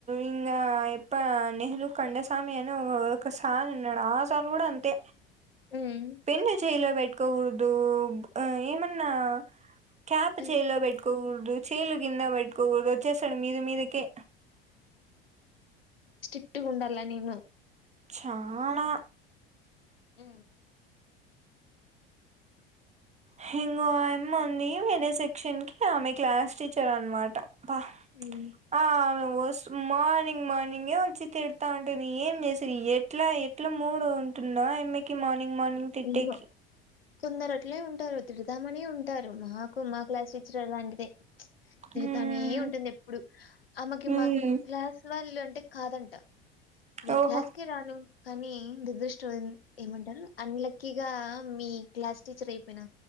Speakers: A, on the right; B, on the left.
A: ఇం ఇప్ప నెహలు కండసమి ఒ ఒక సారు ఉన్నడా ఆ సా సర్ కూడ అంతే
B: హ్మ్.
A: పెన్ను చైలో బెట్కూకూడదు ఆ ఏమన్నా క్యాప్
B: ఆ!
A: చేయిల పెట్టుకోక్ రు చేలు కింద బెట్టుకోకూడదు వచ్చేసాడు మీద మీదకే
B: ట్టిిగుండల నీను
A: చాలా
B: ఊ
A: హింగో అమ్మె ఉంది వేరే సెక్షన్ కి ఆమె క్లాస్ టీచర్ అనమాట ప
B: హ్మ్.
A: అవు ఒస్ మార్నింగ్ మార్నింగే వచ్చి తిడతా ఉంటుంది ఏం చేసేది ఎట్లా ఎట్లా మూడో తుండో అమ్మకి మార్నింగ్ మార్నింగ్ తిట్టేకి
B: ఏమో. కొందరు అట్లే ఉంటారు తిడదామనే ఉంటారు మాకు మా క్లాస్ టీచర్ అలాంటిదే ప్చ్ తిడతనే
A: మ్మ్
B: ఉంటుంది ఎప్పుడు ఆమెకి
A: మ్మ్
B: మా క్లాస్ వాళ్ళు అంటే కాదంట మీ
A: ఓహో
B: క్లాస్కి రాను కానీ దుదృష్టం ఏమంటారు అన్ లక్కీగా మీ క్లాస్ టీచర్ అయిపోయిన